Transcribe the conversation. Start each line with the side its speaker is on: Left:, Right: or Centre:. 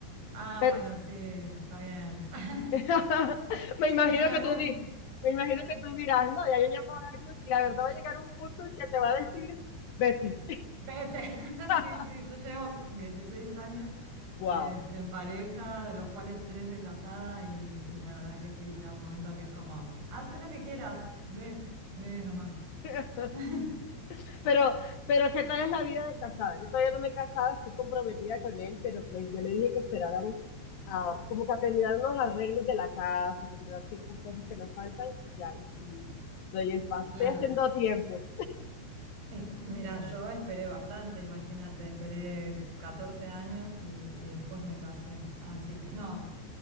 Right: Ah,
Left: Pero,
Right: bueno, sí, está bien. <laughs>
Left: <laughs> Me imagino
Right: En
Left: que
Right: algún,
Left: tú di- me imagino que tú dirás, no, ya yo llevo años y la verdad va a llegar un punto en que te va a decir, vete.
Right: Vete, <laughs>
Left: <laughs>
Right: sí, sí, yo llevo 16 años
Left: Wow.
Right: este, en pareja, de los cuales tres de casada y, y la verdad que sí, llega un momento que es como, "Ah, haz lo que quieras, ve, ve nomás.
Left: <laughs>
Right: <laughs>
Left: Pero, pero ¿qué tal es la vida de casada? Yo todavía no me he casado, estoy comprometida con él, pero pues yo le dije que esperáramos a, como que a terminar unos arreglos de la casa, comprar ciertas cosas que nos faltan y ya, y sí, doy el paso. Estoy
Right: Claro,
Left: haciendo tiempo.
Right: es, mira, yo esperé bastante, imagínate, esperé 14 años y, y después me casé, así que no,